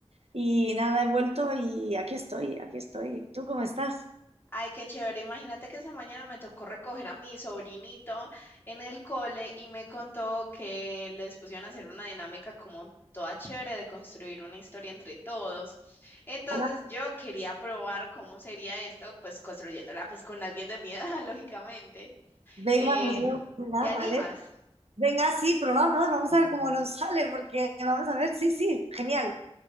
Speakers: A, on the right; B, on the left.
A: y nada, he vuelto y aquí estoy, aquí estoy. ¿Tú cómo estás?
B: Ay, qué chévere. Imagínate que esa mañana me tocó recoger a mi sobrinito en el cole y me contó que les pusieron a hacer una dinámica como toda chévere de construir una historia entre todos. Entonces
A: Hola.
B: yo quería probar cómo sería esto, pues construyéndola pues con alguien de mi edad, <laughs> lógicamente.
A: Venga,
B: Eh,
A: pues yo, nada,
B: ¿te animas?
A: ¿vale? Venga, sí, probamos, vamos a ver cómo nos sale, porque vamos a ver, sí, sí, genial,